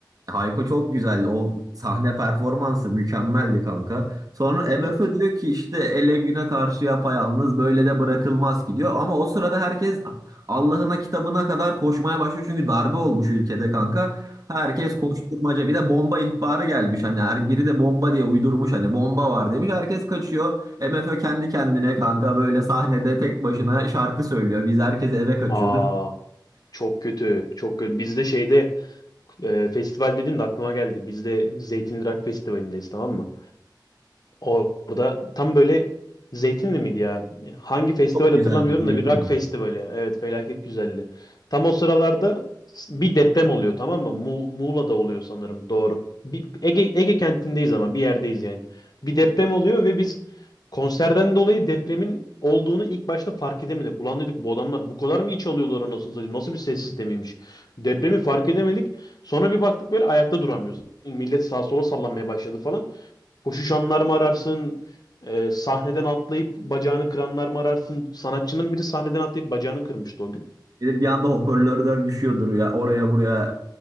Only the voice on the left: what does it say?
Evet.
Aa, çok kötü, çok kötü. Bizde şeyde e, festival dedin de aklıma geldi. Bizde Zeytinli Rock Festivali'ndeyiz tamam mı? Orada tam böyle Zeytinli miydi ya? Hangi festival
hatırlamıyorum
da bir rock festivali. Evet felaket güzeldi. Tam o sıralarda bir deprem oluyor tamam mı? Mu Muğla'da oluyor sanırım doğru. Bir, Ege, Ege kentindeyiz ama bir yerdeyiz yani. Bir deprem oluyor ve biz konserden dolayı depremin olduğunu ilk başta fark edemedik. Ulan dedik bu adamlar bu kadar mı iç alıyorlar anasını satayım? Nasıl bir sessiz demeymiş? Depremi fark edemedik. Sonra bir baktık böyle ayakta duramıyoruz. Millet sağa sola sallanmaya başladı falan. Koşu şanlar mı ararsın? Ee, sahneden atlayıp bacağını kıranlar mı ararsın? Sanatçının biri sahneden atlayıp bacağını kırmıştı o gün.